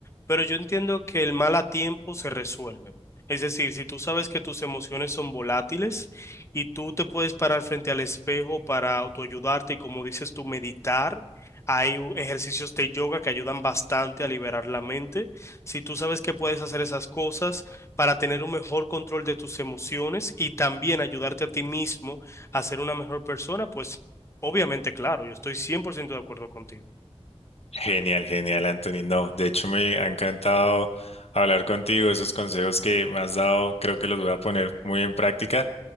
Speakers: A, on the left (about 25°); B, on the left (about 70°).
A: pero yo entiendo que el mal a tiempo se resuelve. Es decir, si tú sabes que tus emociones son volátiles y tú te puedes parar frente al espejo para autoayudarte y como dices tú, meditar, hay u- ejercicios de yoga que ayudan bastante a liberar la mente. Si tú sabes que puedes hacer esas cosas, para tener un mejor control de tus emociones y también ayudarte a ti mismo a ser una mejor persona, pues obviamente, claro, yo estoy 100% de acuerdo contigo.
B: Genial, genial, Anthony. No, de hecho me ha encantado hablar contigo. Esos consejos que me has dado, creo que los voy a poner muy en práctica.